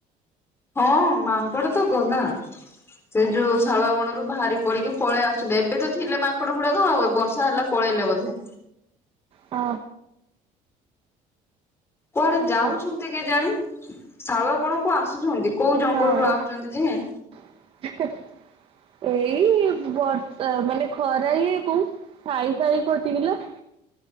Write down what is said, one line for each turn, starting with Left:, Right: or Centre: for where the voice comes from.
Left: ହଁ ମାଙ୍କଡ ତ ଗଲା ସେ ଯୋଉ ଶାଳୁଆ ବଣରୁ ବାହାରି ପଡିକି ପଳେଇ ଆସୁେ ଏବେ ତ ଥିଲେ ମାଙ୍କଡ ଗୁଡାକ ଆଉ ବର୍ଷା ହେଲା ପ ପଳେଇଲେ ବୋଧେ।
Right: ହଁ
Left: କୁଆଡେ ଯାଉଛନ୍ତି
Right: ହଉ
Left: କେଜାଣି ଶାଳୁଆ ବଣ କୁ ଆସୁଛନ୍ତି କୋଉ ଜଙ୍ଗଲରୁୁ
Right: ହଁ।
Left: ଆଉଛନ୍ତି ଯେ
Right: <inaudible> ଏଇ ବର୍ଷା ମାନେ ଖରା ଇଏକୁ ସାଇ ଫାଇ ପଇଚିକିଲୋ